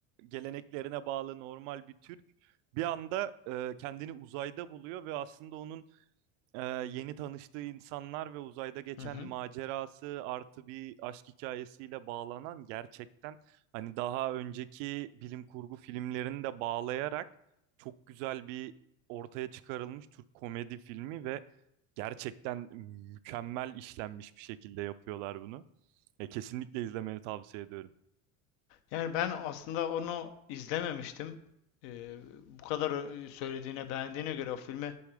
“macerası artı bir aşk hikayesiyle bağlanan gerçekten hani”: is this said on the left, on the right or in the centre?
Right